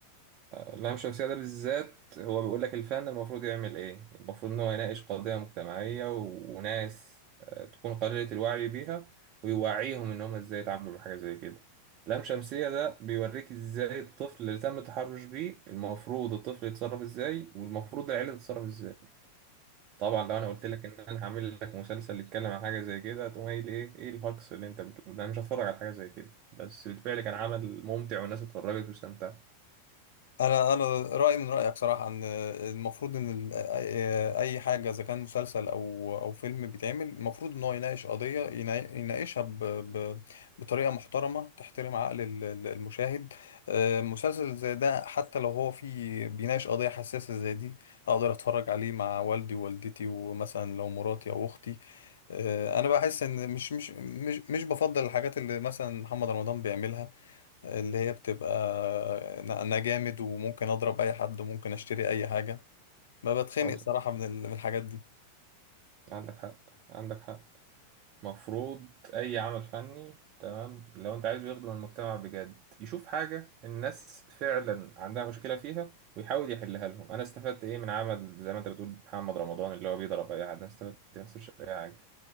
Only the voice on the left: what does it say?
انا انا رايي من رايك صراحه ان المفروض ان ال- اي أي حاجه اذا كان مسلسل او او فيلم بيتعمل المفروض ان هو يناقش قضيه ينا- يناقشها ب... ب... بطريقه محترمه تحترم عقل ال- ال- المشاهد آه، مسلسل زي ده حتى لو هو فيه بيناقش قضيه حساسه زي دي اقدر اتفرج عليه مع والدي ووالدتي ومثلا لو مراتي او اختي آه، انا بحس ان مش مش مش مش بفضل الحاجات اللي مثلا محمد رمضان بيعملها اللي هي بتبقى انا أنا جامد وممكن اضرب اي حد وممكن اشتري اي حاجه ما بتخنق
صراحه من ال- من الحاجات دي